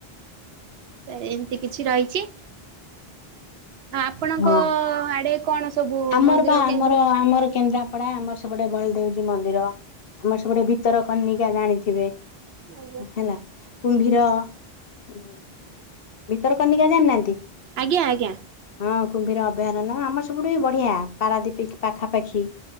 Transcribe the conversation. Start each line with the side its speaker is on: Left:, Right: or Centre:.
Right: ତ ଏମିତି କିଛି ରହିଛି। ଆ ଆପଣଙ୍କ
Left: ହଁ
Right: ଆଡେ କଣ ସବୁ
Left: ଆମର
Right: ମନ୍ଦିର
Left: ବା ଆମର
Right: କେନ୍ଦ୍ର
Left: ଆମର କେନ୍ଦ୍ରା ପଡା ଆମର ସେପଟେ ବଳଦେବ ଜୀଉ ମନ୍ଦିର ଆମର ସେପଟେ ଭିତର କନିକା ଜାଣିଥିବେ।
Right: ଆଜ୍ଞା।
Left: ହେଲା। କୁମ୍ଭୀର ଉଁ ଭିତରକନିକା ଜାଣିନାହାନ୍ତି?
Right: ଆଜ୍ଞା ଆଜ୍ଞା।
Left: ହଁ କୁମ୍ଭୀର ଅଭୟାରଣ୍ୟ ଆମର ସବୁଠୁ ବି ବଢିଆ। ପାରାଦୀପ ପାଖାପାଖି